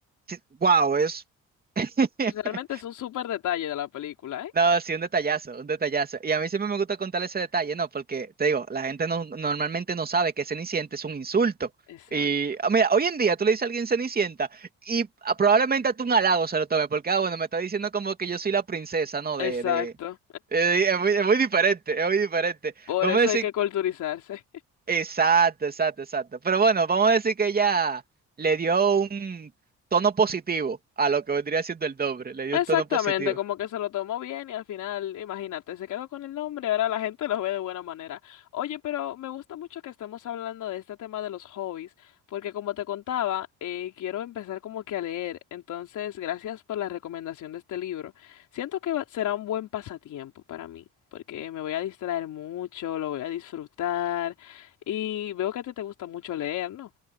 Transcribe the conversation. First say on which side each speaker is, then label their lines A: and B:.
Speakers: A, on the right; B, on the left.
A: wow, es... <laughs>
B: Realmente es un súper detalle de la película, ¿eh?
A: No, sí, un detallazo, un detallazo. Y a mí siempre me gusta contar ese detalle, ¿no? Porque, te digo, la gente no, normalmente no sabe que Cenicienta es un insulto.
B: Exacto.
A: Y, ah, mira, hoy en día tú le dices a alguien Cenicienta y ah, probablemente a tú un halago se lo tome, porque, ah, bueno, me está diciendo como que yo soy la princesa, ¿no?
B: Exacto.
A: De, de... eh, es muy, es muy diferente, es muy diferente.
B: Por
A: Vamos
B: eso
A: a decir,
B: hay que culturizarse.
A: exacto, exacto, exacto. Pero bueno, vamos a decir que ella le dio un tono positivo a lo que vendría siendo el doble,
B: <laughs>
A: le dio
B: Exactamente,
A: un tono positivo.
B: como que se lo tomó bien y al final, imagínate, se quedó con el nombre ahora la gente lo ve de buena manera. Oye, pero me gusta mucho que estemos hablando de este tema de los hobbies, porque como te contaba, eh, quiero empezar como que a leer. Entonces, gracias por la recomendación de este libro. Siento que va- será un buen pasatiempo para mí, porque me voy a distraer mucho, lo voy a disfrutar y veo que a ti te gusta mucho leer, ¿no?